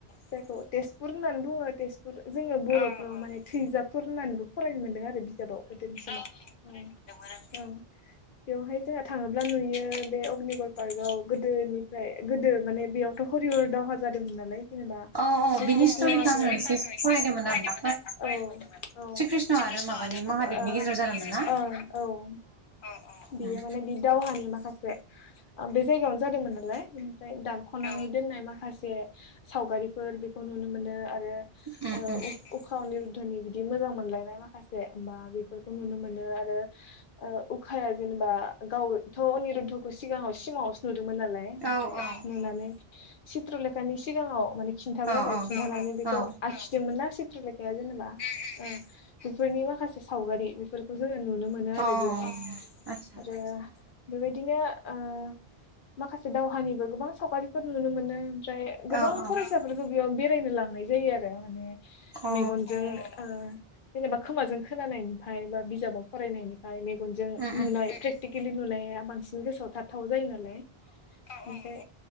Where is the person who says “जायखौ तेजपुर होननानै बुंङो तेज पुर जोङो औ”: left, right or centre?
Left